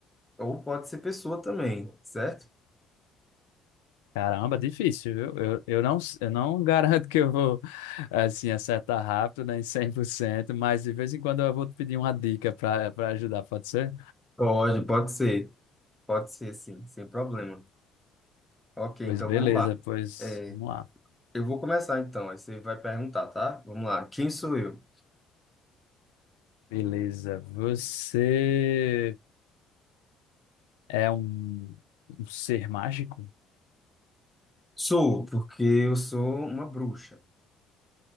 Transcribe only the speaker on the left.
Caramba, difícil, viu? Eu, eu não, eu não <laughs> garanto que eu vou, assim, acertar rápido, nem 100%. mas de vez em quando eu vou te pedir uma dica para para ajudar, pode ser?
Pois
beleza,
pois
vamos lá.
Beleza. Você é um, um ser mágico?